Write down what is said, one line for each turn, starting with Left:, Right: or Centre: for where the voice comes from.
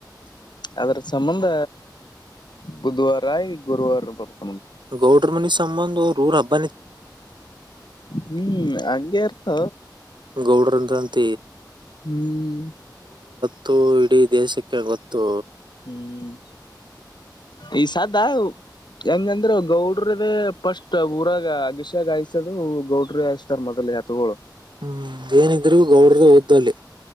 Left: ಅದರ ಸಂಬಂಧ ಬುಧವಾರ ಆ ಗುರುವಾರ ಬರ್ತ
Right: ಗೌಡ್ರ ಮನಿ ಸಂಬಂಧ ರೂರ ಹಬ್ಬ
Left: ಹ್ಮ್ ಹಾಗಂಗೇರ್ತ
Right: ಗೌಡ್ರಂತ ಅಂತ
Left: ಹ್ಮ್
Right: ಗತ್ತು ಇಡೀ ದೇಶಕ್ಕೆ ಗೊತ್ತು
Left: ಹ್ಮ್ ಈ ಸದಾ ಹೆಂಗಂದ್ರ ಗೌಡ್ರದೇ ಪಫಸ್ಟ್ ಊರಾಗ ಅಗಿಶಾಗ ಆಯಸತದು ಗೌಡ್ರಿ ಆಯಿಸಸ್ತಾರ ಮೊದ ಹೆತ್ಗಳು
Right: ಹ್ಮ್ ಏನಿದ್ರಬಿ ಗೌಡರದ ಊದ್ದ ಅಲ್ಲಿ.